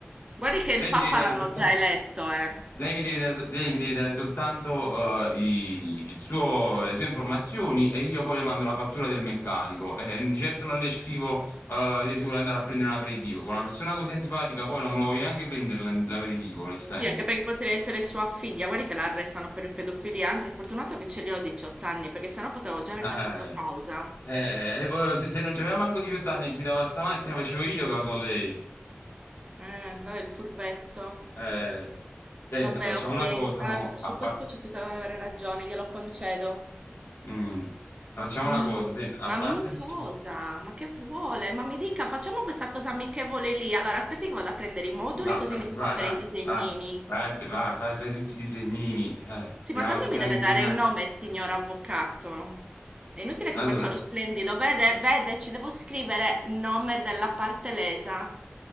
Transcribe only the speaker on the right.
Guardi che il
Papa
l'hanno
già eletto, eh.
Sì, anche perché potrebbe essere sua figlia. Guardi che la arrestano per pedofilia. Anzi, fortunato che ce li ho 18 anni, perché sennò potevo già averle
fatto causa.
Eh, vabbè, il furbetto.
Vabbè,
ok,
Ah,
su
questo ci poteva avere ragione, glielo concedo.
Mm,
ma
mm,
cosa? Ma che vuole? Ma mi dica, facciamo questa cosa amichevole lì. Allora, aspetti che vado a prendere i moduli
così
iniziamo
a fare
i disegnini.
Sì,
ma tanto
mi
deve
dare il nome, signor avvocato. È inutile che
faccia lo splendido. Vede, vede, ci devo scrivere nome della parte lesa.